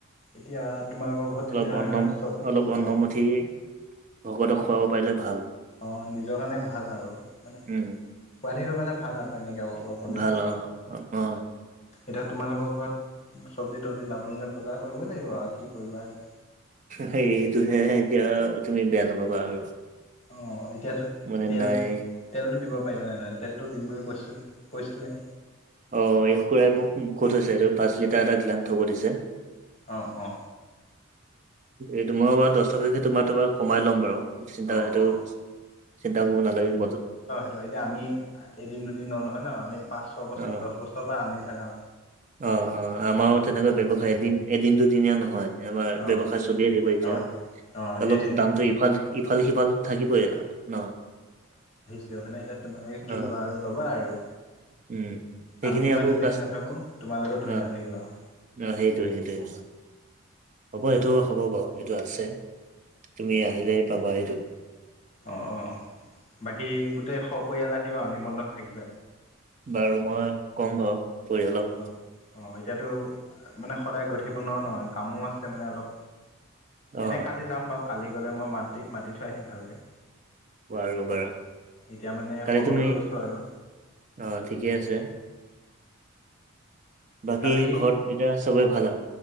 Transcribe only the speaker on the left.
এতিয়া তোমালোকৰ ঘৰত তেতিয়া
চব
অঁ
অঁ নিজৰ কাৰণে ভাল আৰু মানে খুৱাই
থাকিব পালে ভাল আৰু এনেকৈ অলপ। হ'লেও
এতিয়া তোমালোকৰ ঘৰত চব্জি তবজি নাপাম যে বজাৰ কৰিবই লাগিব আৰু কি কৰিবা আৰু।
অঁ এতিয়াতো
তেল,
তেলটো দিব পাৰিবা নে নাই তেলটো দিম বুলি কৈছিলো কৈছিলাই।
অঁ অঁ,
অঁ
অঁ
ত' এতিয়া আমি এদিন দুদিন ন নহয় ন আমি পাঁচ ছয়বছৰ
দহ বছৰৰ পৰা আনি থাকা।
অঁ
অঁ অঁ
সেইটোৱেইটো
সেইটোৱে হয়নে এতিয়া তোমালোকে কি
লোৱা আৰু ল'বা আৰু
আমিও ইমান
ধৰি
নাথাকোঁ। তোমালোকেও ধৰি
নাথাকিবা আৰু।
অঁ অঁ বাকী গোটেই সপৰিয়ালে আহিবা আৰু নিমন্ত্ৰণ থাকিলে।
অ অ এতিয়াতো মানে সদায় গৈ থাকিব নোৱাৰো নহয় কামো আছে মানে অলপ।
এনেই কালি যাম বাৰু কালি গ'লে মই মাত মাতি থৈ আহিম ভালকৈ।
এতিয়া মানে
খবৰটো
লৈছো আৰু।
কালি